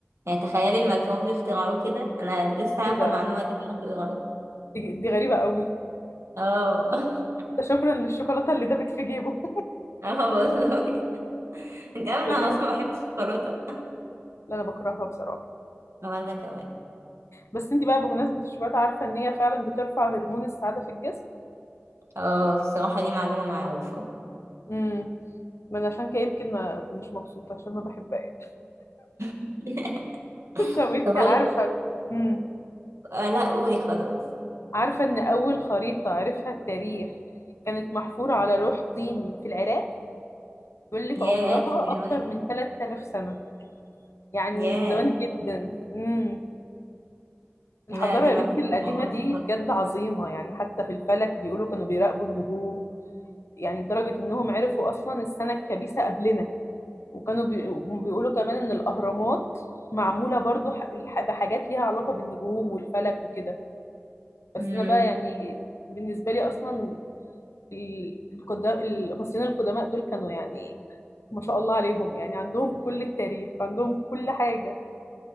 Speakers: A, on the right; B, on the left.
A: يعني تخيلي الميكروب بيخترعوه كده أنا لسه عارفة
B: ايه ده
A: المعلومة دي لحد قريب
B: دي دي غريبة قوي
A: اه <laughs>
B: ده شكرا للشوكولاتة اللي دابت في جيبه
A: اه والله انت عارفة إن أنا
B: <laughs> طب انت
A: أصلا بحب الشوكولاتة
B: لا انا بكرهها بصراحة
A: وأنا كمان
B: بس انت بقى بمناسبة الشوكولاتة عارفة ان هي فعلا بترفع هرمون السعادة في الجسم
A: اه بصراحة دي معلومة معروفة
B: امم ما انا عشان كده يمكن ما مش مبسوطه عشان ما بحبهاش
A: <laughs>
B: <laughs> طب انت
A: طب
B: عارفه
A: أقول
B: امم
A: آه لا قولي خلاص
B: عارفه ان اول خريطه عرفها التاريخ كانت محفوره على لوح طيني في العراق بيقول لك عمرها
A: ياه سبع
B: اكتر من 3000 سنه يعني
A: ياه
B: من زمان جدا امم الحضاره
A: لا دي
B: يا
A: ما
B: بنتي
A: كنت
B: القديمه
A: أعرفها
B: دي بجد عظيمه يعني حتى في الفلك بيقولوا كانوا بيراقبوا النجوم يعني لدرجه انهم عرفوا اصلا السنه الكبيسه قبلنا وكانوا بي... بيقولوا كمان ان الاهرامات معموله برضو ح... ح- بحاجات ليها علاقه بالنجوم والفلك وكده بس
A: امم
B: انا بقى يعني بالنسبه لي اصلا ال- القدا... المصريين القدماء دول كانوا يعني ما شاء الله عليهم يعني عندهم كل التاريخ عندهم كل حاجه